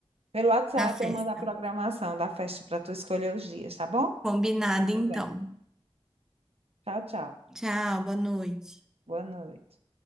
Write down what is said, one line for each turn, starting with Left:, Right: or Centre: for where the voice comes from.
Right: pelo WhatsApp,
Centre: da festa.
Right: eu mando a programação da festa para tu escolher os dias, tá bom?
Centre: Combinado,
Right: E tu
Centre: então.
Right: vem. Tchau, tchau.
Centre: Tchau, boa noite.
Right: Boa noite.